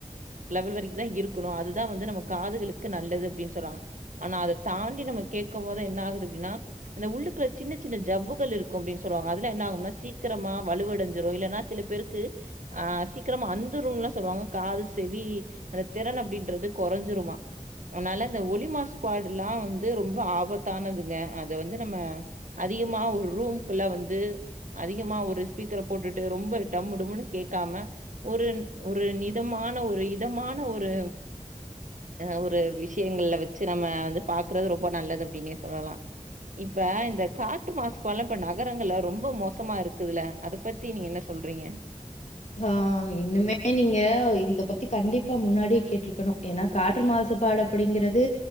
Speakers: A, on the right; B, on the left.
A: லெவல் வரைக்கும்தான் இருக்கணும் அதுதான் வந்து நம்ம காதுகளுக்கு நல்லது அப்படின்னு சொல்றாங்க ஆனா அத தாண்டி நம்ம கேக்கும் போது என்ன ஆகுது அப்படின்னா அந்த உள்ளுக்கு சின்ன சின்ன ஜவ்வுகள் இருக்கும் அப்படின்னு சொல்லுவாங்க அதுல என்ன ஆகும்னா சீக்கிரமா வலுவ அடைஞ்சிடும் இல்லைன்னா சில பேருக்கு ஆ சீக்கிரமா அந்துரும்லா சொல்லுவாங்க காது செவி அந்த திறன் அப்படின்றது குறைஞ்சிருமா அனால இந்த ஒலி மாசுபாடுலா வந்து ரொம்ப ஆபத்தானதுங்க அத வந்து நம்ம அதிகமா ஒரு ரூம்க்குள்ள வந்து அதிகமா ஒரு ஸ்பீக்கர போட்டுட்டு ரொம்ப டம் டும்முன்னு கேட்காம ஒரு ஒரு நிதமான ஒரு இதமான ஒரு ஆ ஹ ஒரு விஷயங்கள்ல வச்சு நம்ம வந்து பாக்குறது ரொம்ப நல்லது அப்படின்னே சொல்லலாம் இப்ப இந்த காற்று மாசபாலாம் இப்ப நகரங்கள்ல ரொம்ப மோசமா இருக்குதுல்ல அத பத்தி நீங்க என்ன சொல்றீங்க
B: ஆ இன்னுமே நீங்க இந்த பத்தி கண்டிப்பா முன்னாடி கேட்டிருக்கணும் ஏனா காற்று மாசுபாட அப்படிங்கறது